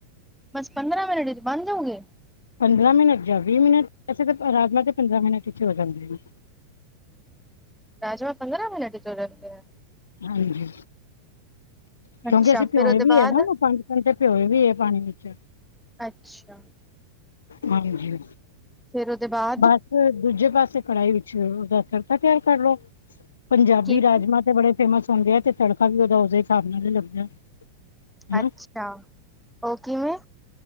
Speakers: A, in the centre; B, on the left.
A: ਬਸ ਪੰਦਰਾਂ ਮਿੰਟ ਬਣ ਜਾਓਗੇ।
B: ਪੰਦਰਾਂ ਮਿੰਟ ਜਾਂ ਵੀਹ ਮਿੰਟ ਵਸੇ ਤਾਂ ਰਾਜਮਾ ਤੇ ਪੰਦਰਾਂ ਮਿੰਟ ਵਿੱਚ ਹੋ ਜਾਂਦੇ ਆ। ਹੂੰ,
A: ਰਾਜਵਾ ਪੰਦਰਾਂ ਮਿੰਟ ਚ ਹੋ ਜਾਂਦੇ ਏ
B: ਹਾਂਜੀ ਕਿਉਂਕਿ
A: ਅੱਛਾ
B: ਅਸੀਂ ਪਿਉਏ
A: ਫਿਰ ਉਹਦੇ
B: ਵੀ
A: ਬਾਅਦ
B: ਏ ਨਾ ਪੰਜ ਘੰਟੇ ਪਿਉਏ ਵੀ ਏ, ਪਾਣੀ ਵਿੱਚ
A: ਅੱਛਾ
B: ਹਾਂਜੀ,
A: ਫੇਰ ਉਹਦੇ ਬਾਅਦ
B: ਬਸ ਦੂਜੇ ਪਾਸੇ ਕੜਾਹੀ ਵਿੱਚ ਉਹਦਾ ਤੜਕਾ ਤਿਆਰ ਕਰ ਲਓ। ਪੰਜਾਬੀ
A: ਕਿਵੇਂ?
B: ਰਾਜਮਾਂ ਤੇ ਬੜੇ ਫੇਮਸ ਹੁੰਦੇ ਆ ਤੇ ਤੜਕਾ ਵੀ ਉਹਦਾ ਦੇ ਹਿਸਾਬ ਨਾਲ ਲੱਗਦਾ। ਹਨਾ
A: ਅੱਛਾ ਉਹ ਕਿਵੇਂ?